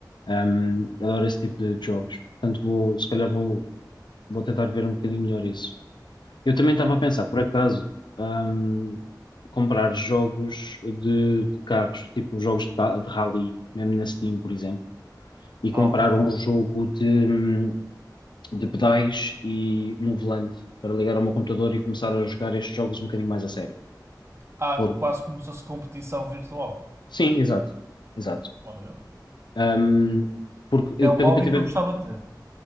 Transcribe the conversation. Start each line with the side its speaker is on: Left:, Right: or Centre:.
Left: Um, adoro esse tipo de jogos. Portanto, vou, se calhar vou, vou tentar ver um bocadinho melhor isso. Eu também
Right: Pronto.
Left: estava a pensar, por acaso, um, comprar jogos de, de carros, tipo jogos de, ca- de rally, mesmo na Steam, por exemplo, e
Right: Ah,
Left: comprar
Right: ok.
Left: um jogo de, hum, de pedais e um volante para ligar ao meu computador e começar a jogar estes jogos um bocadinho mais a sério
Right: Ah,
Left: por
Right: quase como se fosse competição virtual.
Left: Sim, exato, exato.
Right: Olha.
Left: Ahm, porque, eh,
Right: É um
Left: pelo
Right: hobby
Left: que eu tive,
Right: que eu gostava de ter.